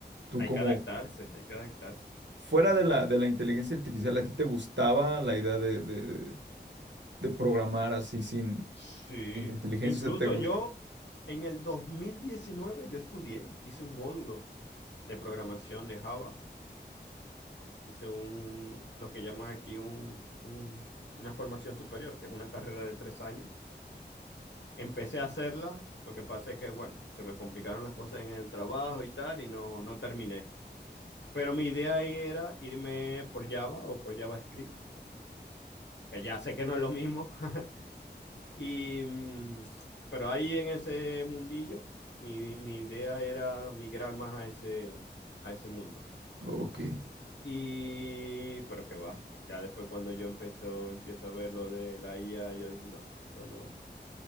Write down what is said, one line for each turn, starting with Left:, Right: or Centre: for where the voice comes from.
Right: tú
Left: Hay
Right: como,
Left: que adaptarse, hay que adaptarse.
Right: fuera
Left: Hay
Right: de
Left: que
Right: la,
Left: adapt-
Right: de la inteligencia artificial, ¿a ti te gustaba la idea de, de, de programar así sin,
Left: Sí,
Right: sin inteligencia?
Left: incluso
Right: O sea, te gusta.
Left: yo en el 2019 yo estudié, hice un módulo de programación de Java. Hice un, lo que llaman aquí un, un- una formación superior, que es una carrera de tres años. Empecé a hacerla, lo que pasa es que, bueno, se me complicaron las cosas en el trabajo y tal, y no, no terminé. Pero mi idea ahí era irme por Java o por JavaScript, que ya sé que no es lo mismo. <laughs> Y, mm, pero ahí en ese mundillo, mi, mi idea era migrar más a ese, a ese mundo.
Right: Ok.
Left: Y, pero que va. Ya después cuando yo empezó, empiezo a ver lo de la IA, yo dije, no, esto no,